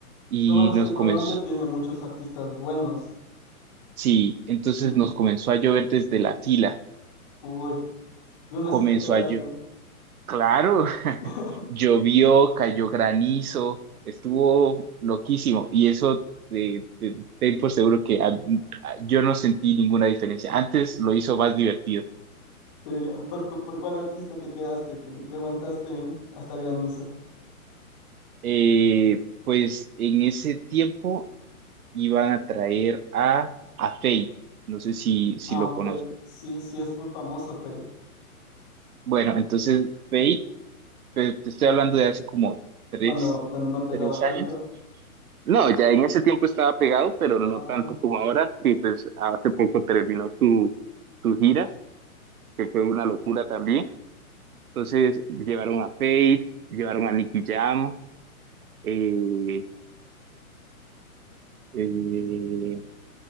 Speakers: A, on the right (about 75°); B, on the left (about 30°).
A: Y
B: Lo bueno es
A: nos
B: que
A: comenzó,
B: Colombia tiene muchos artistas buenos.
A: sí, entonces
B: Sí.
A: nos comenzó a llover desde la fila,
B: Uy. Y aún
A: comenzó
B: así te quedaste.
A: a llover, claro, <laughs>
B: <laughs>
A: llovió, cayó granizo, estuvo loquísimo y eso de, de- ten por seguro que a- a- yo no sentí ninguna diferencia. Antes lo hizo más divertido.
B: Sería, ¿Por, cu- por cuál artista te quedaste que, que aguantaste hasta granizo?
A: Eh, pues en ese tiempo iban a traer a, a Fate, no sé si, si
B: Ah,
A: lo conozco.
B: Fate. Sí, sí es full famoso Fate.
A: Bueno, entonces Fate Te, te estoy hablando de hace como tres,
B: Cuando, cuando no pegaba
A: tres
B: tanto.
A: años. No, ya en ese tiempo estaba pegado, pero no
B: Ah,
A: tanto como ahora. Y pues hace poco terminó su, su gira, que fue una locura también. Entonces llevaron a Fate, llevaron a Nicky Jam, eh, eh,